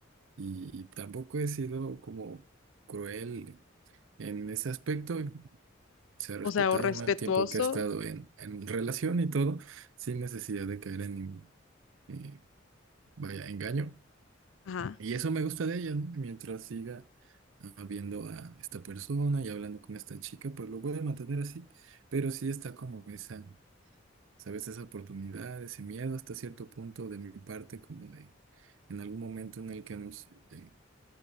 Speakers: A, on the right; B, on the left.
A: Y tampoco he sido como cruel en ese aspecto. Se ha respetado,
B: O sea, o respetuoso.
A: ¿no? El tiempo que ha estado en, en relación y todo, sin necesidad de caer en, eh, vaya, engaño.
B: Ajá.
A: Y eso me gusta de ella, ¿no? Mientras siga ah, viendo a esta persona y hablando con esta chica, pues lo voy a mantener así. Pero sí está como esa, ¿sabes? Esa oportunidad, ese miedo hasta cierto punto de mi parte, como de en algún momento en el que nos eh,